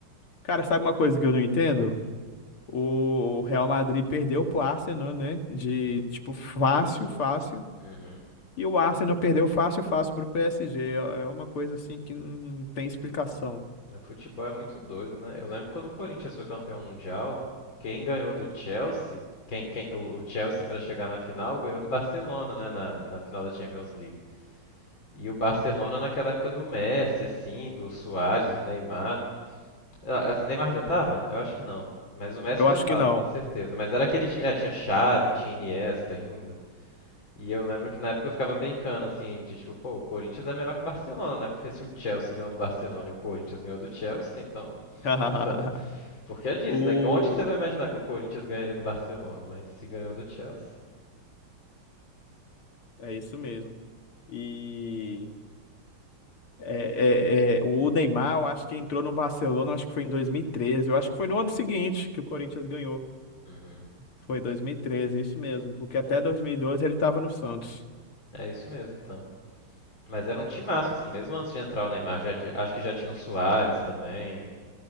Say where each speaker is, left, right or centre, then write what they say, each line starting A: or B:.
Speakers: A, on the left; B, on the left.
A: Cara, sabe uma coisa que eu não entendo? O Real Madrid perdeu pro Arsenal, né? De tipo, fácil, fácil.
B: Uhum.
A: E o Arsenal perdeu fácil, fácil pro PSG. É é uma coisa assim que não tem explicação.
B: O futebol é muito doido, né? Eu lembro quando o Corinthians foi campeão mundial, quem ganhou do Chelsea, quem, quem, o o Chelsea para chegar na final ganhou do Barcelona, né? Na, na final da Champions League. E o Barcelona naquela época do Messi, assim, do Suárez, do Neymar. Ah, O Neymar já tava? Eu acho que não. Mas o Messi
A: Eu
B: já
A: acho
B: tava,
A: que não.
B: com certeza. Mas era aquele time. Ah, tinha Xavi, tinha Iniesta ainda. E eu lembro que na época eu ficava brincando, assim, de tipo, pô, o Corinthians é melhor que o Barcelona, né? Porque se o Chelsea ganhou do Barcelona e o Corinthians ganhou do Chelsea, então, <laughs>
A: <laughs>
B: sabe? Porque é disso,
A: O...
B: né? Onde que você vai imaginar que o Corinthians ganharia do Barcelona? Mas se ganhou do Chelsea,
A: É isso mesmo. E. É, é, é, o Neymar, eu acho que entrou no Barcelona, eu acho que foi em 2013, eu acho que foi no ano seguinte que o Corinthians ganhou.
B: uhum.
A: Foi 2013, isso mesmo, porque até
B: é,
A: 2012 ele estava no Santos.
B: é isso mesmo, então. Mas era um timaço, assim, mesmo antes de entrar o Neymar, já ti- acho que já tinha o Suárez também,